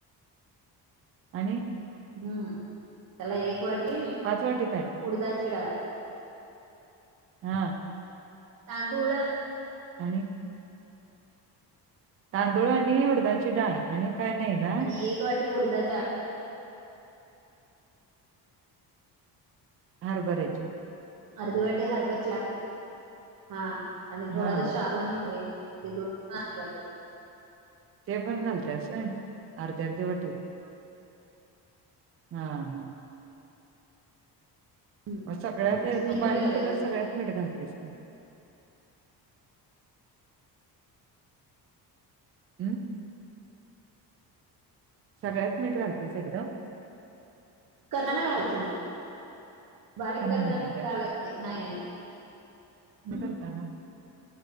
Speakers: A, on the right; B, on the right.
A: आणि.
B: हम्म त्याला एक वाटी
A: पाचवा ठिकाय
B: उडदा चिडा
A: हा
B: तांदूळ.
A: आणि तांदूळ आणि हुडदाची डाळ आणि काय नाही ना.
B: आणि एक वाटी उडदा जा.
A: हार बरायची
B: अर्धी वाटी हर्भर हा आणि थोडासा
A: हा
B: शाबण ते दोन. पाठ वाट
A: ते पण घालतयसय अर्ध्या अर्धे वाटी. हम् हम
B: हम्म
A: मग सगळ्यातेत
B: मिरी
A: बारीक
B: पण घालायची
A: केल्यास सगळ्यात मीठ घालतेस ते हम्म सगळ्यात मीठ घालतेस एकदां
B: करा ना घालायचं म बारीक करताना
A: नाही आहे काय
B: झालायच नाही नाही नाही नाही ह
A: <unintelligible> <inaudible>